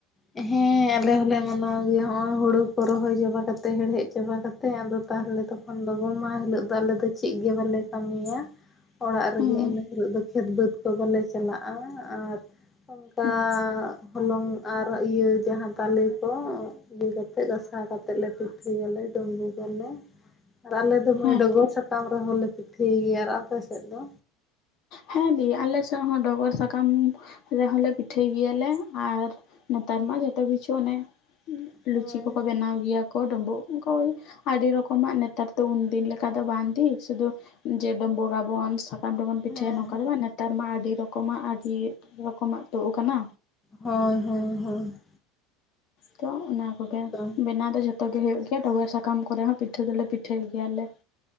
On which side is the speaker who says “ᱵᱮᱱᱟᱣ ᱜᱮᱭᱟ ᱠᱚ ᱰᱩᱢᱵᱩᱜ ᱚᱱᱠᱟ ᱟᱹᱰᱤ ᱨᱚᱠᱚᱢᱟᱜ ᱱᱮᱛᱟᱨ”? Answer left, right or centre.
Left